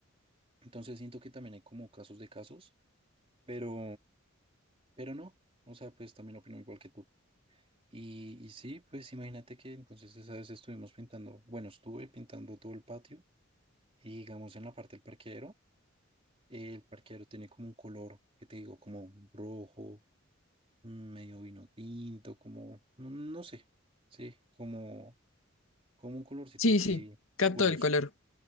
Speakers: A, on the right; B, on the left.
A: Entonces siento que también hay como casos de casos, pero, pero no, o sea, pues también opino igual que tú. Y, y sí, pues imagínate que entonces esa vez estuvimos pintando, bueno, estuve pintando todo el patio y digamos en la parte del parqueadero, eh, el parqueadero tiene como un color, que te digo, como rojo medio vino tinto, como, no, no sé, sí, como, como un colorcito
B: Sí,
A: así
B: sí, capto
A: curioso.
B: el color,